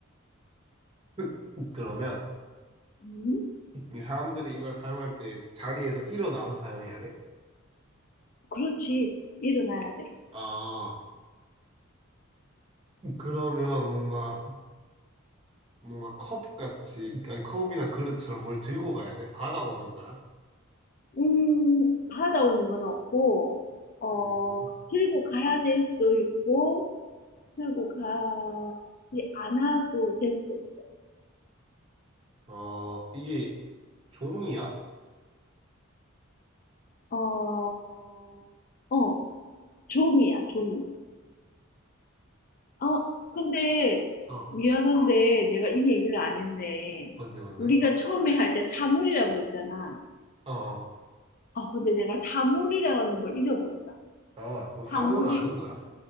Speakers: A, on the right; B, on the left.
A: <laughs> 그러면
B: 음,
A: 이 사람들이 이걸 사용할 때 자리에서 일어나서 사용해야 돼?
B: 그렇지. 일어나야 돼.
A: 아, 그러면 뭔가 뭔가 컵 같이 아니 컵이나 그릇처럼 뭘 들고 가야 돼? 받아오는 거야?
B: 음, 받아오는 건 없고, 어,
A: 음.
B: 들고 가야 될 수도 있고, 들고 가지 않아도 될 수도 있어.
A: 어, 이게 종이야?
B: 어, 어, 종이야, 종이. 어 근데 어,
A: 어,
B: 미안한데 내가 이 얘기를 안 했네.
A: 뭔데, 뭔데?
B: 우리가 처음에 할 때 사물이라고 했잖아.
A: 어, 어.
B: 아, 근데 내가 사물이라는 걸 잊어버렸다. 아,
A: 아, 그럼 사물은
B: 사물이,
A: 아닌 거야?